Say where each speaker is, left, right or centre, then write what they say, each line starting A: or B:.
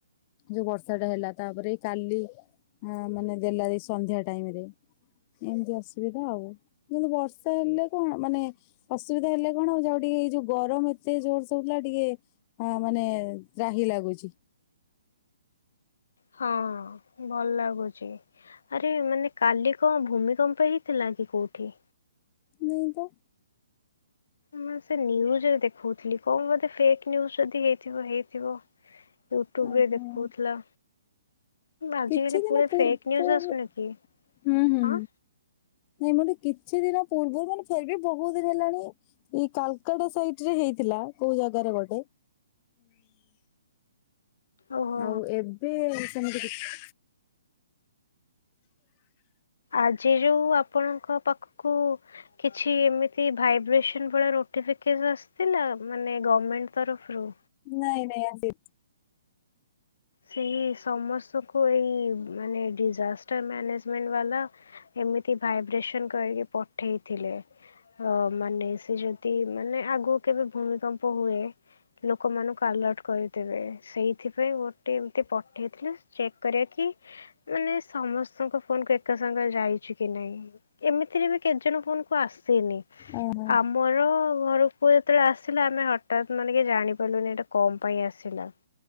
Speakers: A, on the left (about 30°); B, on the left (about 60°).
A: ଯୋଉ ବର୍ଷା ଟା ହେଲା, ତାପରେ କାଲି ଅଁ ମାନେ ଦେଲା ଏଇ ସନ୍ଧ୍ୟା ଟାଇମ୍ ରେ। ଏମତି ଅସୁବିଧା ଆଉ। କିନ୍ତୁ ବର୍ଷା ହେଲେ କଣ ମାନେ ଅସୁବିଧା ହେଲେ କଣ ଯାହା ହଉ ଟିକେ ଏଇ ଯୋଉ ଗରମ ଏତେ ଜୋରସେ ହଉଥିଲା ଟିକେ ହଁ ମାନେ ତ୍ରାହି ଲାଗୁଚି।
B: ହଁ ଭଲ ଲାଗୁଚି। ଆରେ ମାନେ କାଲି କଣ ଭୂମିକମ୍ପ ହେଇଥିଲା କି କୋଉଠି?
A: ନାଇଁ ତ।
B: ମୁଁ ସେ ନ୍ୟୁଜ ଦେଖଉଥିଲି, କଣ ବୋଧେ ଫେକ୍ ନ୍ୟୁଜ ଯଦି ହେଇଥିବ ହେଇଥିବ। ୟୁଟ୍ୟୁବ
A: ଓହୋ
B: ରେ ଦେଖଉଥିଲା ଆଜିକାଲି
A: କିଛି ଦିନ
B: ପୁରା
A: ପୂର୍ବରୁ
B: ଫେକ୍ ନ୍ୟୁଜ ଆସୁନି କି
A: ହୁଁ ହୁଁ।
B: ହଁ
A: ନାଇଁ ମାନେ କିଛି ଦିନ ପୂର୍ବରୁ ମାନେ ଫେର୍ ବି ବହୁତ୍ ଦିନ ହେଲାଣି ଏଇ କାଲକାଟା ସାଇଟ୍ ରେ ହେଇଥିଲା କୋଉ ଜାଗାରେ ଗୋଟେ।
B: ଓହୋ
A: ଆଉ ଏବେ ସେମିତି କିଛି
B: ଆଜି ଯଉ ଆପଣଙ୍କ ପାଖକୁ କିଛି ଏମିତି ଭାଇବ୍ରେସନ୍ ଭଳିଆ ନୋଟିଫିକେସ ଆସିଥିଲା ମାନେ ଗମେଣ୍ଟ ତରଫରୁ?
A: ନାଇଁ ନାଇଁ ଆସି
B: ସେଇ ସମସ୍ତଙ୍କୁ ଏଇ ମାନେ ଡିଜାସ୍ ଷ୍ଟର୍ ମ୍ୟାନେଜମେଣ୍ଟ ବାଲା ଏମିତି ଭାଇବ୍ରେସନ୍ କରିକି ପଠେଇଥିଲେ। ହଁ ମାନେ ସେ ଯଦି ମାନେ ଆଗକୁ କେବେ ଭୂମିକମ୍ପ ହୁଏ ଲୋକମାନଙ୍କୁ ଆଲର୍ଟ କରିଦେବେ। ସେଇଥିପାଇଁ ମୋ ତେ ପଠେଇଥିଲ ଚେକ୍ କରେ କି ମାନେ ସମସ୍ତଙ୍କ ଫୋନ କୁ ଏକା ସାଙ୍ଗେ ଯାଇଚି କି ନାଇଁ। ଏମିତିରେ ବି କେତେଜଣ ଫୋନ କୁ ଆସ୍ ସେନି।
A: ଓହୋ।
B: ଆମର ଘରକୁ ଯେତେବେଳେ ଆସିଲା ଆମେ ହଠାତ୍ ମାନେ କିଛି ଜାଣି ପାରିଲୁନି ଏଟା କଣ ପାଇଁ ଆସିଲା।